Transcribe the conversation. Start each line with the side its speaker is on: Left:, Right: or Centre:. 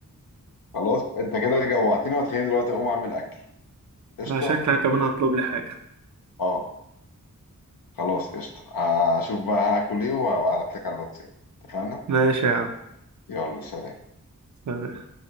Left: خلاص أنت كده جوعتني وتخيل دلوقتي أقوم أعمل أكل قشطة
Right: لا شكلك كمان هطلب لي حاجة
Left: أه خلاص قشطة هشوف بقى هاكل إيه وهبعتلك على الواتساب اتفقنا؟
Right: ماشي يا عم
Left: يلا سلام
Right: سلام.